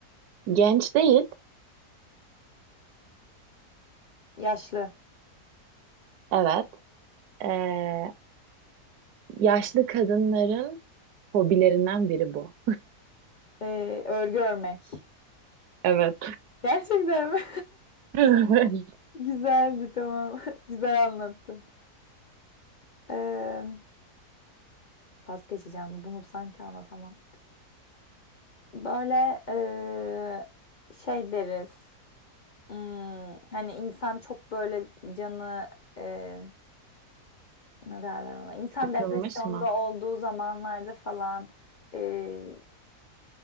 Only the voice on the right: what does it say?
genç değil.
Evet. Ee, yaşlı kadınların Hobilerinden biri bu.
Evet.
<laughs>
Sıkılmış
mı?